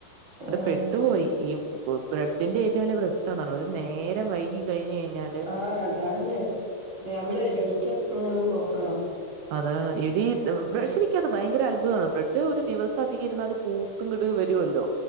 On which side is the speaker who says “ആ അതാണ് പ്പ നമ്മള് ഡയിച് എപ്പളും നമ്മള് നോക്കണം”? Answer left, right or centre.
Right